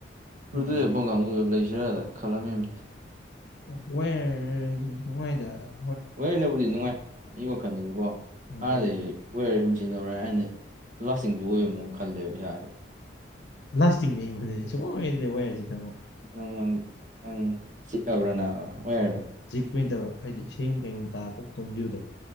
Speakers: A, on the left; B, on the right.
A: ꯎꯝ
B: ꯑꯗꯨꯏ <unintelligible> ꯀꯥꯡꯕꯨꯗꯣ ꯂꯩꯁꯤꯔꯥꯗ ꯈꯜꯂꯝꯃꯤꯝꯅꯦ
A: <unintelligible>
B: ꯂꯣꯏꯅꯕꯨꯗꯤ ꯅꯨꯡꯉꯥꯏ ꯑꯩ ꯋꯥꯈꯜꯗꯨꯁꯨꯀꯣ
A: ꯎꯝ
B: ꯍꯥꯟꯅꯗꯒꯤ
A: ꯑꯗꯨ
B: ꯋꯦꯔ ꯑꯗꯨꯝ ꯁꯤꯖꯤꯟꯅꯕ꯭ꯔꯥ ꯑꯩꯅ ꯂꯥꯁꯇꯤꯡꯁꯨ ꯑꯣꯏꯕ ꯃꯑꯣꯡ ꯈꯜꯂꯦꯕ ꯏꯁꯥꯗ
A: ꯂꯥꯁꯇꯤꯡꯅꯦ ꯑꯩꯉꯣꯟꯗꯗꯤ ꯁꯨꯡꯑꯣ <inaudible> ꯑꯣꯏꯗ꯭ꯔꯦ ꯋꯥꯏꯔꯁꯤ ꯇꯥꯃꯣ
B: ꯅꯪ ꯅꯪ ꯆꯤꯠꯑꯕ꯭ꯔꯥ ꯑꯣꯋꯥꯔꯗꯣ
A: ꯆꯦꯛꯄꯩ ꯅꯠꯇꯕ ꯍꯥꯢꯗꯤ ꯏꯁꯩꯌꯨꯝ ꯀꯩꯒꯨꯝ ꯇꯥꯀꯣꯛ ꯇꯣꯡꯈꯤꯕꯗꯣ